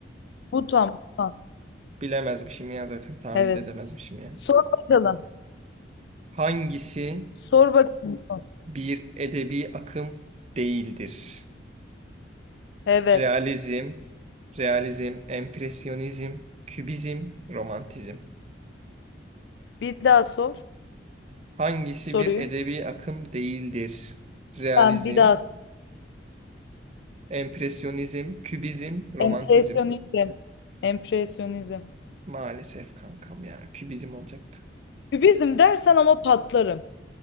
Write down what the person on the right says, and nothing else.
Bilemezmişim ya zaten. Tahmin
de edemezmişim yani.
Hangisi
bir edebi akım değildir?
Realizm, realizm, empresyonizm, kübizm, romantizm.
Hangisi
bir edebi akım değildir? Realizm,
empresyonizm, kübizm, romantizm.
Maalesef kankam ya. Kübizm olacaktı.